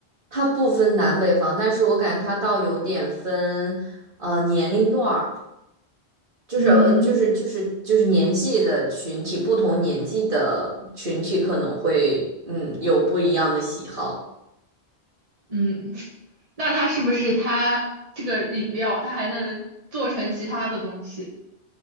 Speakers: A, on the right (about 50°); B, on the right (about 35°).
A: 它不分南北方，但是我感觉它倒有点分呃年龄段儿。就是呃就是就是就是年纪的群体，
B: 嗯
A: 不同年纪的群体可能会嗯有不一样的喜好
B: 嗯，那它是不是它这个饮料它还能做成其他的东西